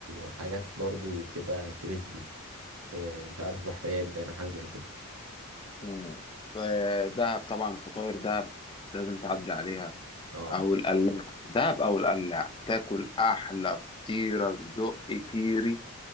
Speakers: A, on the right; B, on the left.
A: حاجات برضه كده كريسبي آه، مش عارف بحريات باين او حاجه زي كده
B: مم. ده- دهب طبعا فطاير دهب لازم تعدي عليها
A: اه
B: او القلاع دهب او القلاع تاكل احلى فطيره صدق كيري